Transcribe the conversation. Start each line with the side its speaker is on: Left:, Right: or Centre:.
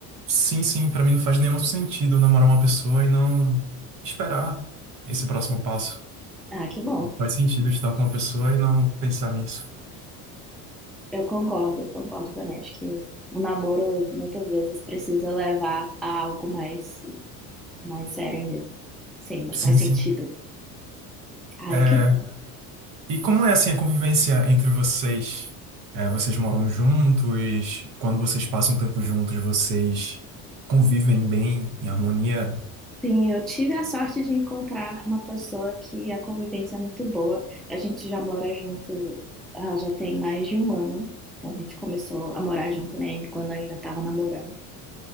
Right: Sim, sim, pra mim não faz nenhum sentido eu namorar uma pessoa e não esperar esse próximo passo.
Centre: Ah, que bom.
Right: Não faz sentido eu estar com uma pessoa e não pensar nisso.
Centre: Eu concordo, eu concordo também. Acho que o namoro muitas vezes precisa levar a algo mais, mais sério mesmo. Sim, não
Right: Sim,
Centre: faz sentido.
Right: sim.
Centre: Ai,
Right: É,
Centre: que bom.
Right: E como é assim a convivência entre vocês? É, vocês moram juntos? Quando vocês passam tempo juntos, vocês convivem bem, em harmonia?
Centre: Sim, eu tive a sorte de encontrar uma pessoa que a convivência é muito boa. A gente já mora junto, ah, já tem mais de um ano. Então a gente começou a morar junto, né, quando eu ainda estava namorando.